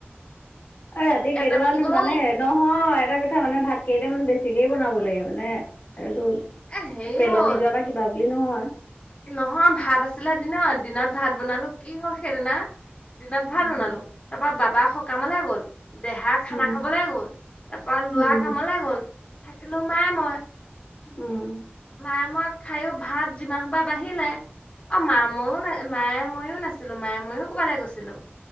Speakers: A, on the left; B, on the left.
A: ৰাতি কেইটামান
B: এটেমা দিবলৈও
A: মানে
B: ন
A: নহয় এটা কথা মানে ভাত কেইটামান বেছিকেই বনাব লাগে মানে এইটো,
B: এ হেৰি
A: পেলনি
B: হ'ল
A: যোৱা বা কিবা বুলি নহয়।
B: নহয় ভাত আছিলে দিনত, দিনত ভাত বনালো কি হ'ল সেইদিনা দিনত ভাল
A: উম
B: বনালো, তাৰ পৰা বাবা সকামলে গল। দেহা খানা
A: উম
B: খাবলে গ'ল, তাপা ল'ৰা
A: উম
B: কামলে গ'ল, থাকিলোঁ মায়ে মই।
A: উম।
B: মায়ে মইয়ে খায়ো ভাত যিমান সোপা বাঢ়িলে। অ', মা ময়ো না মায়ে ময়ো নাছিলো মায়ে ময়ো কবালে গৈছিলো।